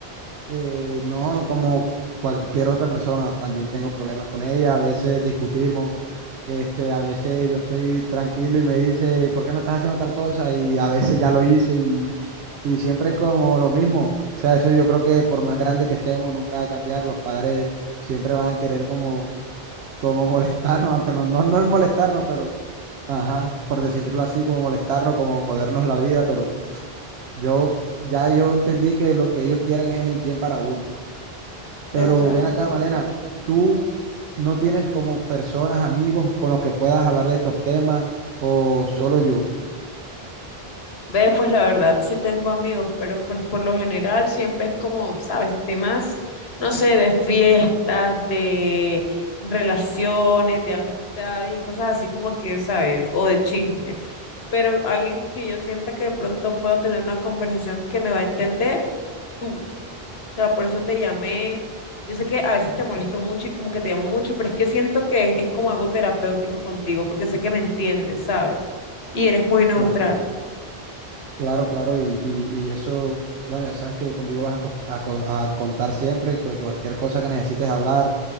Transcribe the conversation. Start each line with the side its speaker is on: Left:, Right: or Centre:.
Right: eh, no no, como cualquier otra persona, también tengo problemas con ella, a veces discutimos. Este, a veces yo estoy tranquilo y me dice, ¿por qué no estás haciendo tal cosa? Y a veces ya lo hice y, y siempre como lo mismo. O sea, eso yo creo que por más grande que estemos, nunca va a cambiar. Los padres siempre van a querer como como molestarnos, aunque no, no, no es molestarnos, pero Ajá. por decirlo así, como molestarnos, como jodernos la vida, pero yo ya yo entendí que lo que ellos quieren es el bien para uno. Pero
Left: Total.
Right: ven acá, Malena, tú no tienes como personas, amigos con los que puedas hablar de estos temas o solo yo.
Left: Ve, pues la verdad, sí tengo amigos, pero pues por lo general siempre es como, ¿sabes? Temas, no sé, de fiestas, de relaciones, de amistades y cosas así como que, ¿sabes? O de chisme. Pero alguien que yo sienta que de pronto puedo tener una conversación que me va a entender. tú. O sea, por eso te llamé. Yo sé que a veces te molesto mucho y como que te llamo mucho, pero es que siento que es como algo terapéutico contigo, porque sé que me entiendes, ¿sabes? Y eres muy neutral.
Right: Cla- Claro, claro, y, y- y eso, bueno, ya sabes que conmigo vas a, co- a co- a contar siempre, y cu- que cualquier cosa que necesites hablar,